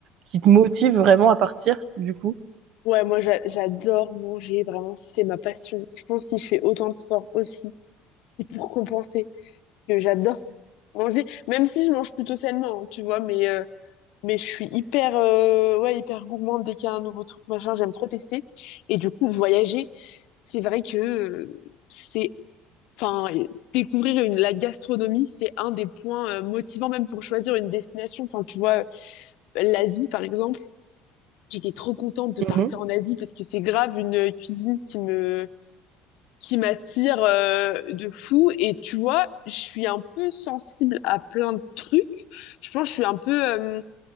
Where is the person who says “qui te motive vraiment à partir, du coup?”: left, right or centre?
Right